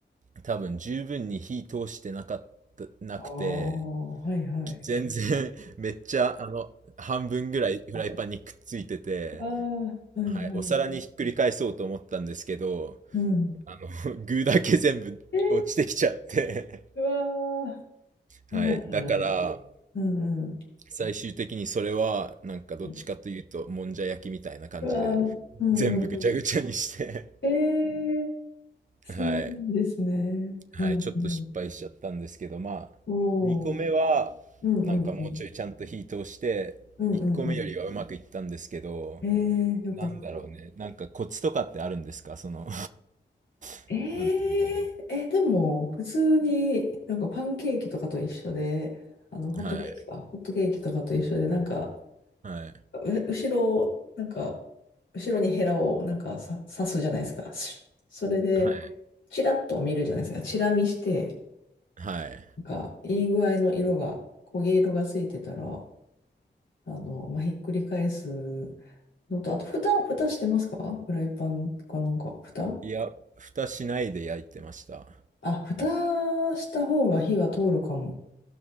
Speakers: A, on the right; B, on the left.
A: 多分十分に火通してなかったなくて
B: ああ、はいはい。
A: 全然 <laughs> めっちゃあの半分ぐらいフライパンにくっついてて、
B: ああ、はいはい。
A: はい、お皿にひっくり返そうと思ったんですけど
B: うん。
A: あの <laughs> 具だけ全部落ちてきちゃって
B: えー、うわー、あらららら。
A: はいだから
B: うんうん。
A: 最終的にそれはなんかどっちかというともんじゃ焼きみたいな感じで
B: うんうわー、うんうんうん。
A: 全部ぐちゃぐちゃにして
B: えー、そうですね。
A: はいはい、
B: うんうん。
A: ちょっと失敗しちゃったんですけど、まあ、
B: おー、
A: 2個目は、
B: うんうんうん。
A: なんかもうちょいちゃんと火通して、
B: うんうんうん。
A: 1個目よりはうまくいったんですけど、
B: えー、よかった。
A: なんだろうね、なんかコツとかってあるんですかその <laughs>
B: え
A: なんていうんだろう。
B: ー、え、でも、普通になんかパンケーキとかと一緒で、あの、ホットケーキか、
A: はい、
B: ホットケーキとかと一緒で、なんか、
A: はい、
B: う、後ろを、なんか、後ろにヘラをなんかさ刺すじゃないですか。しそれで、
A: はい、
B: チラッと見るじゃないですか。チラ見して、
A: はい。
B: なんか、いい具合の色が、焦げ色がついてたら、あの、まあ、ひっくり返すのと、あと、蓋、蓋してますかフライパンかなんか、蓋
A: いや、蓋しないで焼いてました。
B: あ、蓋した方が火は通るかも。